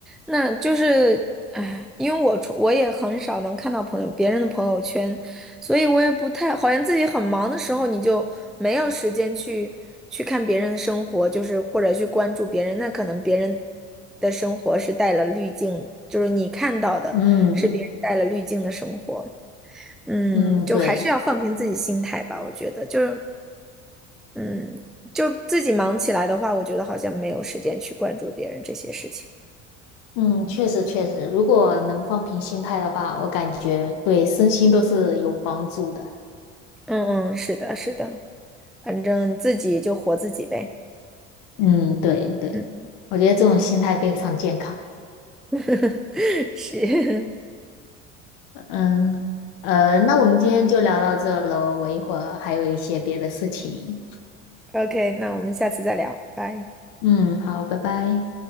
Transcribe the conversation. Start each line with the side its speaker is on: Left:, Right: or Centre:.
Centre: 那就是，哎，因为我从我也很少能看到朋友别人的朋友圈，所以我也不太，好像自己很忙的时候，你就没有时间去去看别人的生活，就是或者去关注别人，那可能别人的生活是带了滤镜，就是你看到的是别人带了滤镜的生活。
Left: 嗯
Centre: 嗯，
Left: 嗯，
Centre: 就还是要放平自己心态吧，
Left: 对，
Centre: 我觉得就是，嗯，就自己忙起来的话，我觉得好像没有时间去关注别人这些事情。
Left: 嗯，确实确实，如果能放平心态的话，我感觉对身心都是有帮助的。
Centre: 嗯嗯，是的，是的，反正自己就活自己呗。
Left: 嗯，对对，
Centre: 嗯，
Left: 我觉得这种心态非常健康。
Centre: <laughs> 是
Left: 嗯，呃，那我们今天就聊到这喽，我一会儿还有一些别的事情。
Centre: <laughs>。OK，那我们下次再聊，拜。
Left: 嗯，好，拜拜。